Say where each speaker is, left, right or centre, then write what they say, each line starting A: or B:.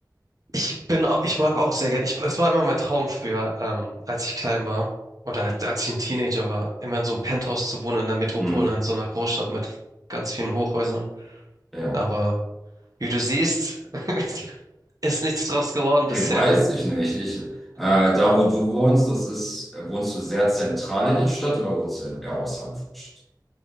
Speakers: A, on the right; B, in the centre.
A: Ich bin, au- ich mag auch sehr gern. Ich, es war immer mein Traum früher, ähm, als ich klein war oder halt, als ich ein Teenager war, immer in so einem Penthouse zu wohnen in der Metropole,
B: Hm,
A: in so einer Großstadt mit ganz vielen Hochhäusern.
B: ja.
A: Aber wie du siehst, <laughs> ist nichts draus geworden
B: Ich
A: bisher.
B: weiß ich nicht. Ich, äh, da, wo du wohnst, das ist, äh, wohnst du sehr zentral in der Stadt oder wohnst du eher außerhalb von der Stadt?